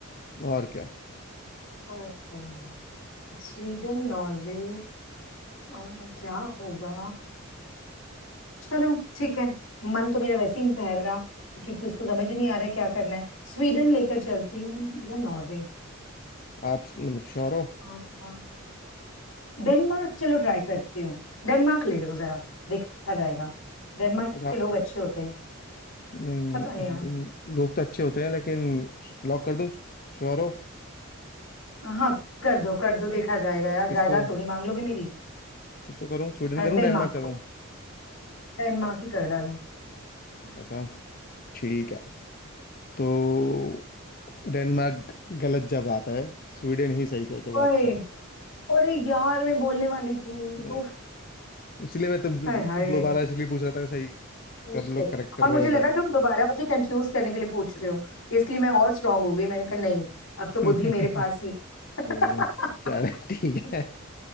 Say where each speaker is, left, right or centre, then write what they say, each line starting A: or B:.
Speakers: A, on the left (about 45°); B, on the left (about 75°).
A: और क्या
B: ओहो Sweden Norway आ, क्या होगा चलो ठीक है मन तो मेरा वैसे ही नहीं ठहर रहा क्योंकि उसको समझ ही नहीं आ रहा क्या करना है स्वीडन लेकर चलती हूँ या नॉर्वे
A: आप मतलब श्योर हो
B: हाँ, हाँ। डेनमार्क चलो ट्राई करती हूँ डेनमार्क ले लो जरा देखा जाएगा डेनमार्क
A: फिर
B: के
A: आप
B: लोग अच्छे होते हैं
A: नहीं नहीं
B: पता नहीं
A: लोग तो अच्छे होते हैं लेकिन लॉक कर दूं श्योर हो
B: हाँ हाँ, कर दो कर दो देखा जाएगा यार
A: किसको
B: जायदाद थोड़ी मांग लोगे मेरी
A: किसको करूं स्वीडन
B: अ,
A: करूं
B: डेनमार्क
A: डेनमार्क करूं
B: को डेनमार्क ही कर डालो
A: ऐसा ठीक है तो डेनमार्क गलत जवाब है स्वीडन ही सही था जवाब
B: ओए
A: था
B: अरे यार मैं बोलने वाली थी
A: हम्म,
B: उफ
A: इसलिए मैं तुम
B: हाय हाय
A: दोबारा इसलिए पूछ रहा था कि सही
B: Oh
A: कर
B: shit.
A: लो करेक्ट कर
B: और
A: रहे
B: मुझे
A: हो
B: लगा
A: क्या
B: तुम दोबारा मुझे कंफ्यूज करने के लिए पूछ रहे हो इसलिए मैं और स्ट्रांग हो गई मैंने कहा नहीं अब
A: <laughs>
B: तो बुद्धि मेरे पास ही है।
A: हम्म, चलो
B: <laughs>
A: ठीक है